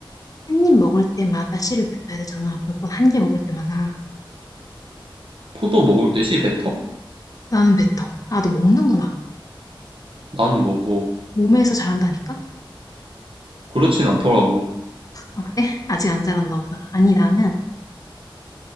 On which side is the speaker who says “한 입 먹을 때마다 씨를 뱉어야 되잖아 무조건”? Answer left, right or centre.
Left